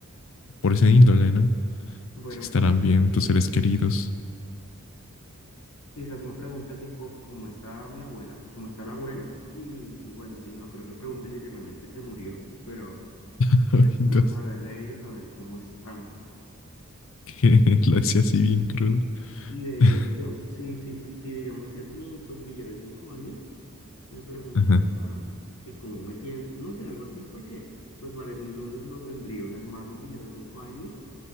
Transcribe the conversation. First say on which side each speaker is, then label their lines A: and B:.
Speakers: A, on the left; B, on the left.
A: por ese índole, ¿no?
B: bueno,
A: Si estarán
B: quizás
A: bien
B: que sí,
A: tus seres queridos.
B: quizás me pregunte tipo, ¿cómo está mi abuela? ¿Cómo está la abuela? Y, y pues así, no creo que pregunte literalmente, se murió, pero...
A: <laughs> Ay,
B: pero
A: Dios,
B: como saber de ellos, saber cómo están.
A: que <laughs> lo decía así bien crudo.
B: Y de
A: <laughs>
B: hecho, si, si, fu- si digamos que es mi, pues mi yo de cinco años, me preguntaba
A: Ajá.
B: que cómo me siento, no sé, algo así, porque pues para ese entonces no tendría un hermano mi yo de cinco años.